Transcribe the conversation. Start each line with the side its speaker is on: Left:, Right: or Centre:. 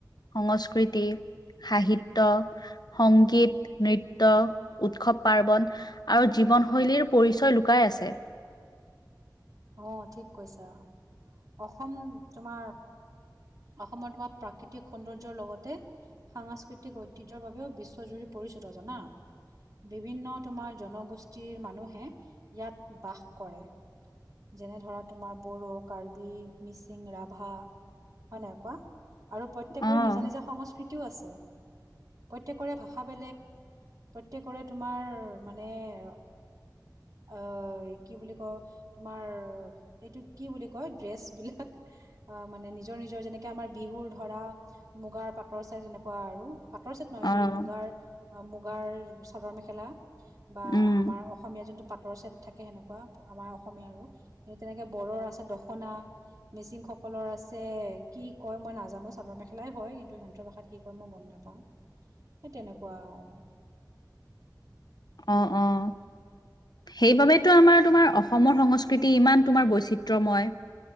Left: সংস্কৃতি, সাহিত্য, সংগীত, নৃত- ত, উৎসৱ পাৰ্বন আৰু জীৱন শৈলীৰ পৰিচয় লুকাই আছে।
Right: অঁ ঠিক কৈছা। অসম তোমাৰ- অসমৰ তোমাৰ প্ৰাকৃতিক সৌন্দৰ্যৰ লগতে- সাংস্কৃতিক ঐতিহ্যৰ বাবেও বিশ্বজুৰি পৰিচিত জানা। বিভিন্ন তোমাৰ জনগোষ্ঠীৰ মানুহে ইয়াত বাস কৰে। যেনে ধৰা তোমাৰ বড়ো, কাৰ্বি, মিচিং, ৰাভা- হয় নাই কোৱা? আৰু প্ৰত্যেকৰে
Left: অ',
Right: নিজা নিজা সংস্কৃতিও আছে। প্ৰত্যেকৰে ভাষা বেলেগ প্ৰত্যেকৰে তোমাৰ মানে- আ এ কি বুলি কও? তোমাৰ এইটো কি বুলি কয় ড্ৰেছ বিলাক? অ' মানে নি- নিজৰ-নিজৰ যেনেকে আমাৰ বিহুৰ ধৰা মুগাৰ পাটৰ চাই তেনেকুৱা আৰু। পাটৰ ছেট নহয়
Left: অ',
Right: চৰি' মুগাৰ-মুগাৰ চাদৰ মেখেলা বা
Left: উম,
Right: আমাৰ - অসমীয়া যোনটো পাটৰ ছেট থাকে সেনেকুৱা আমাৰ অসমীয়া আৰু। কিন্তু তেনেকে বড়োৰ আছে দখনা, মিচিং সকলৰ আছে - কি কয় মই নাজানো চাদৰ মেখেলাই হয় কিন্তু সিহঁতৰ ভাষাত কি কয় মই গম নেপাওঁ। সেই তেনেকুৱা আৰু।
Left: অঁ', -অঁ',। সেইবাবেতো আমাৰ তোমাৰ অসমৰ সংস্কৃতি ইমান তোমাৰ বৈচিত্ৰ্যময়।